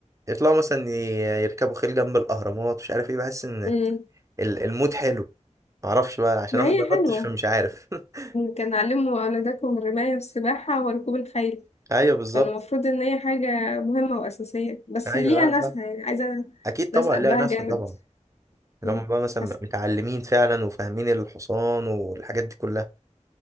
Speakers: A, on the right; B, on the left.
A: يطلعوا مثلا ي- يركبوا خيل جنب الاهرامات مش عارف ايه بحس ان
B: امم
A: ال- المود حلو معرفش بقى عشان
B: ما
A: انا
B: هي
A: ما جربتش
B: حلوة
A: فمش عارف <laughs>
B: كان علموا أولادكم الرماية والسباحة وركوب الخيل
A: ايوه بالظبط
B: فالمفروض إن هي حاجة مهمة وأساسية بس
A: ايوه
B: ليها
A: لا
B: ناسها
A: صح
B: يعني عايزة
A: اكيد طبعا
B: ناس قلبها
A: ليها ناسها
B: جامد
A: طبعا اللي
B: مم.
A: هم بقى مثلا
B: حسن
A: متعلمين فعلا وفاهمين الحصان والحاجات دي كلها